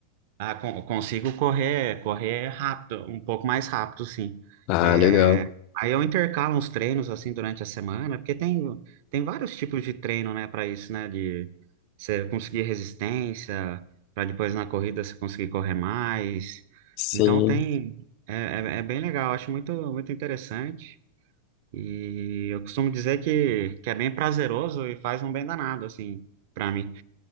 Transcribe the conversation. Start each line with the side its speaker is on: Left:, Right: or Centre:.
Right: Ah, con- consigo correr, correr rápido, um pouco mais rápido, sim.
Left: Ah,
Right: É,
Left: legal.
Right: aí eu intercalo uns treinos assim durante a semana, porque tem, tem vários tipos de treino, né, para isso, né, de você conseguir resistência, para depois na corrida você conseguir correr mais.
Left: Sim.
Right: Então tem, é, é, é bem legal, acho muito, muito interessante. E eu costumo dizer que, que é bem prazeroso e faz um bem danado, assim, para mim.